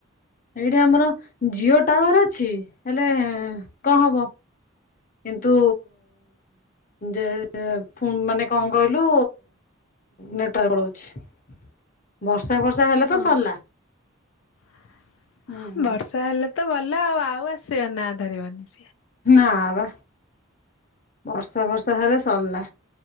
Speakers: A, on the left; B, on the left.
A: ଏଇଠି ଆମର ଜିଓ ଟାୱାର ଅଛି ହେଲେ କଣ ହବ? କିନ୍ତୁ ଯେ ମାନେ କଣ କହିଲୁ ନେଟୱାର୍କ ପଳଉଛି ବର୍ଷା ଫର୍ଷା ହେଲେ
B: ହଁ
A: ତ ସରିଲା
B: <inaudible>
A: ହୁଁ ହୁଁ
B: ବର୍ଷା ହେଲେ ତ ଗଲା ଆଉ ଆଉ ଆସିବା ନା ଧରିବନି
A: ନା ବା ବର୍ଷା ବର୍ଷା ହେଲେ ସରିଲା